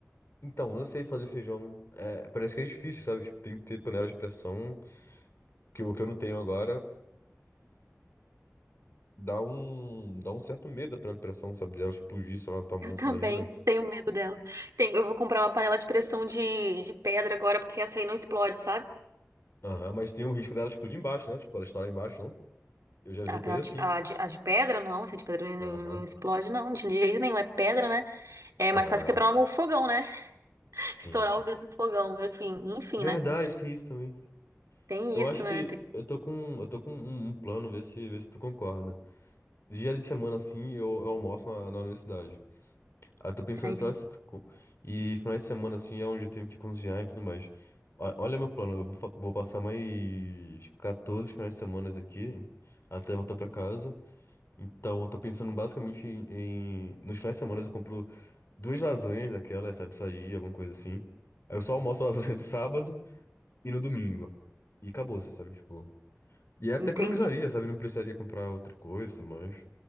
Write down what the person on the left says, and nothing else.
Então, eu não sei fazer feijão. É, parece que é difícil, sabe? Tipo, tem que ter panela de pressão, que, o que eu não tenho agora. dá um, dá um certo medo pela impressão, sabe? De ela explodir, sei lá, na tua mão,
imagina.
Aham, mas tem o risco dela explodir embaixo, né? Tipo, ela estourar embaixo, não? Eu já vi
coisa
assim.
Aham.
Ah,
sim,
sim.
Verdade,
tem isso também.
Eu
acho
que
eu tô com, eu tô com um, um plano, ver se, ver se tu concorda. Dia de semana, assim, eu, eu almoço na, na universidade. Ah, eu tô pensando
em final de, se- co- e final de semana, assim, é onde eu tenho que cozinhar e tudo mais. Ó- Olha meu plano, eu vou, fa- vou passar mais 14 finais de semana aqui, até voltar pra casa. Então, eu tô pensando basicamente em... em- Nos finais de semana eu compro duas lasanhas daquelas, sabe, sadia, alguma coisa assim. Aí eu só almoço a <laughs> lasanha no sábado e no domingo. E acabou, sabe, tipo... E até
economizaria, sabe, não precisaria comprar outra coisa e tudo mais.